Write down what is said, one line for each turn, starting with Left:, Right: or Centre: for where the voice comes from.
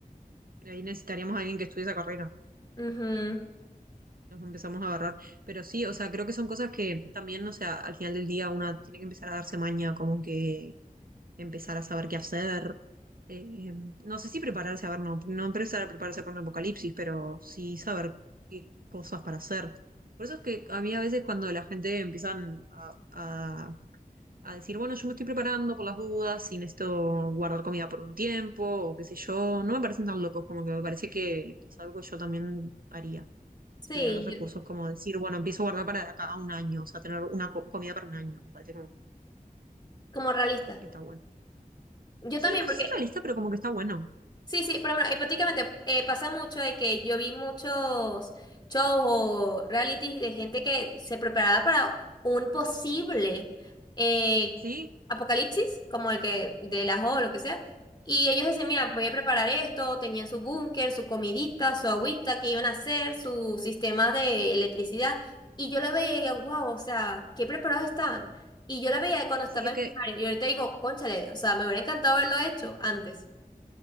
Right: Ahí necesitaríamos a alguien que estudie esa carrera.
Left: Ujú.
Right: Nos empezamos a agarrar. Pero sí, o sea, creo que son cosas que también, o sea, al final del día una tiene que empezar a darse maña, como que empezar a saber qué hacer. Eh, no sé si prepararse, a ver, no, no empezar a prepararse para un apocalipsis, pero sí saber qué cosas para hacer. Por eso es que a mí a veces cuando la gente empiezan a, a- a decir, bueno, yo me estoy preparando por las dudas y necesito guardar comida por un tiempo o qué sé yo, no me parecen tan locos, como que me parece que, que es algo que yo también haría.
Left: Sí,
Right: Si tuviera los recursos,
Left: yo-
Right: como decir, bueno, empiezo a guardar para de acá a un año, o sea, tener una co- comida para un año, me parece como
Left: como realista.
Right: que está bueno.
Left: Yo
Right: Sí,
Left: también,
Right: no
Left: porque
Right: sé si realista, pero como que está bueno.
Left: Sí, sí, pero bueno, hipotéticamente eh, pasa mucho de que yo vi muchos shows o realities de gente que se preparaba para un posible eh,
Right: Sí,
Left: apocalipsis, como el que de las o
Right: ujú.
Left: lo que sea, y ellos decían, mira, voy a preparar esto, tenían su búnker, su comidita, su agüita que iban a hacer, su sistema de electricidad, y yo lo veía y digo, wow, o sea, qué preparados estaban. Y yo la veía cuando estaba
Right: sí, es
Left: en
Right: que,
Left: primaria, y ahorita digo, cónchale, o sea, me hubiera encantado haberlo hecho antes.